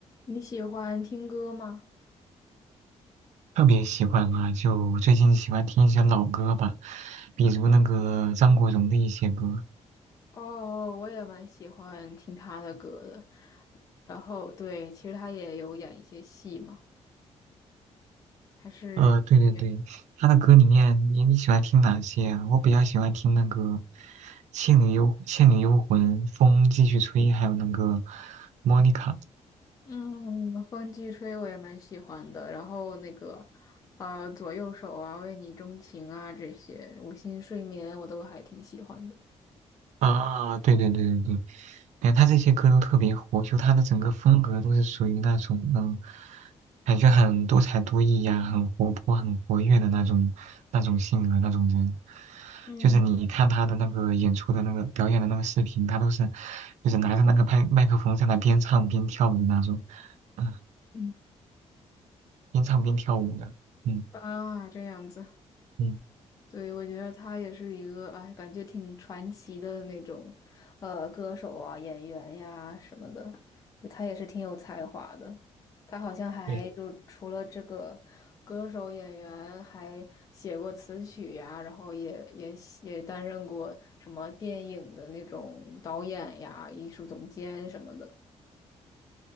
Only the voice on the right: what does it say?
特别喜欢嘛，就最近喜欢听一些老歌吧，比如那个张国荣的一些歌。
呃，对对对，他的歌里面你你喜欢听哪些啊？我比较喜欢听那个《倩女幽倩女幽魂》《风继续吹》，还有那个《莫妮卡》。
啊，对对对对对，感觉他这些歌都特别火，就他的整个风格都是属于那种嗯，感觉很多才多艺呀、很活泼、很活跃的那种那种性格那种人。
就是你看他的那个演出的那个表演的那个视频，他都是就是拿着那个麦麦克风在那边唱边跳的那种，嗯，
边唱边跳舞的，嗯
嗯。
对。